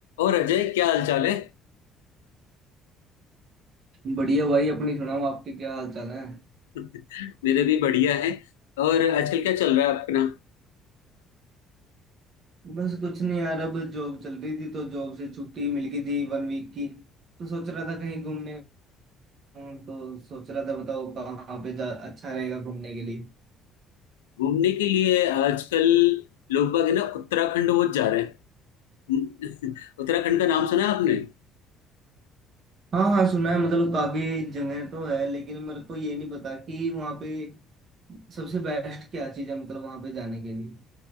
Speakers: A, on the left; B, on the right.
A: और अजय क्या हालचाल है
B: बढ़िया भाई अपनी सुनाओ आपके क्या हाल चाल है
A: <laughs> मेरे भी बढ़िया है और आजकल क्या चल रहा है आपके ना
B: बस कुछ नहीं यार अब जॉब चल रही थी तो जॉब से छुट्टी मिल गई थी वन वीक की तो सोच रहा था कहीं घूमने जाऊं, तो सोच रहा था बताओ कहाँ पे जा अच्छा रहेगा घूमने के लिए
A: घूमने के लिए आजकल लोग बाग है ना उत्तराखंड वो जा रहे हैं <laughs> उत्तराखंड का नाम सुना है आपने
B: हाँ हाँ सुना है मतलब काफी जगह तो है लेकिन मेरे को ये नहीं पता कि वहाँ पे सबसे बेस्ट क्या चीज़ है मतलब वहाँ पे जाने के लिए